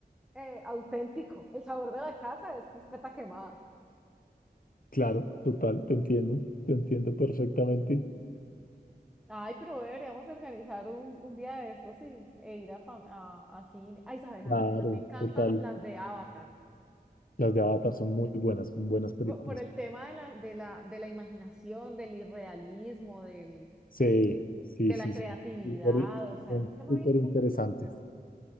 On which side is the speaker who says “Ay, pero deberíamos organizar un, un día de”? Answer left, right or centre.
Centre